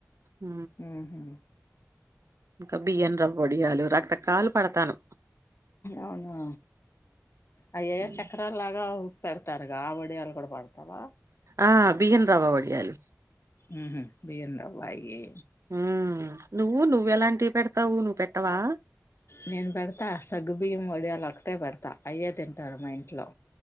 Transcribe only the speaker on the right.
హ
ఇంకా బియ్యం రవ్వబొడియాలు రకరకాలు పడతాను
హ్మ్.
ఆ బియ్యం రవ్వ వడిియాలు
ఉ నువ్వు నువ్వెలాంటివి పెడతావు నువ్వు పెట్టవా